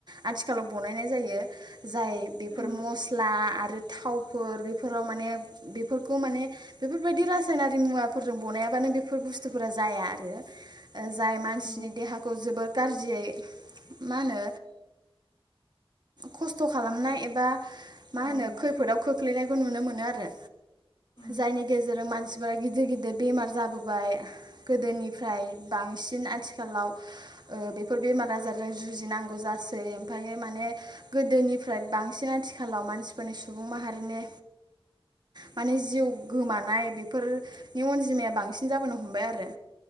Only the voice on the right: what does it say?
आथिखालाव बनायनाय जायो जाय बेफोर
मस्ला आरो आरो थावफोर बेफोराव माने बेफोरखौ माने बेफोरबायदि रासायनारि मुवाफोरजों बनायाबानो बेफोर बुस्थुफोरा जाया आरो जाय मानसिनि
देहाखौ जोबोद गारजियै मा होनो खस्थ' खालामनाय एबा मा
होनो खैफोदाव खो खोख्लैनायखौ नुनो मोनो आरो
जायनि गेजेरजों मानसि बिबार गिदिर गिदिर बेमार जाबोबाय गोदोनिफ्राय बांसिन बांसिन आथिखालाव ओ बेफोर बेमार आजारजों जुजिनांगौ जासै ओमफ्राय माने गोदोनिफ्राय बांसिन आथिखालाव मानसिफोरनि सुबुं माहारिनि माने जिउ गोमानाय बेफोरनि अनजिमाया बांसिन जाबोनो हमबाय आरो